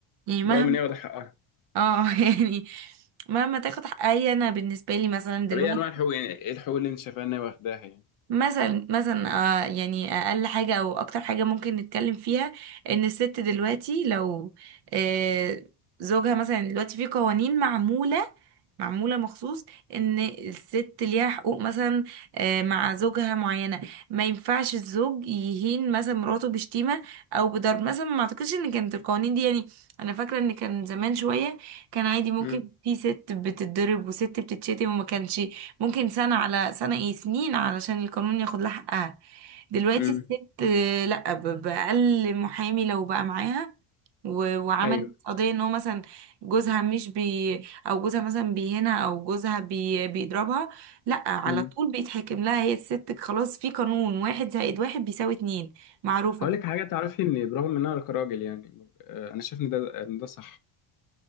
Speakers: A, on the right; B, on the left.
A: يعني مهما
B: برغم ان هي واخده حقها
A: اه <laughs> يعني مهما تاخد حقها هي انا بالنسبه لي مثلا دلوقتي
B: طب ايه انواع الحقوق يعني ايه الحقوق اللي انت شايفها ان هي واخداها يعني
A: مثلا مثلا آه يعني اقل حاجه او اكتر حاجه ممكن نتكلم فيها ان الست دلوقتي لو آه زوجها مثلا دلوقتي في قوانين معموله معموله مخصوص ان الست ليها حقوق مثلا آه مع زوجها معينه ما ينفعش الزوج يهين مثلا مراته بشتيمه او بضرب مثلا ما اعتقدش ان كانت القوانين دي يعني انا فاكره ان كان زمان شويه كان عادي ممكن
B: امم
A: في ست بتتضرب وست بتتشتم وما كانش ممكن سنة على سنة ايه سنين علشان القانون ياخد لها حقها دلوقتي
B: امم
A: الست آه، لا ب- بأقل محامي لو بقى معاها و- وعملت
B: ايوه
A: قضية ان هو مثلا جوزها مش بي او جوزها مثلا بيهينها او جوزها بي بيضربها لا على
B: امم
A: طول بيتحكم لها هي الست خلاص في قانون واحد زائد واحد بيساوي اتنين معروفة
B: هقول لك حاجه تعرفي ان برغم ان انا كراجل يعني آه، انا شايف ان ده ان ده صح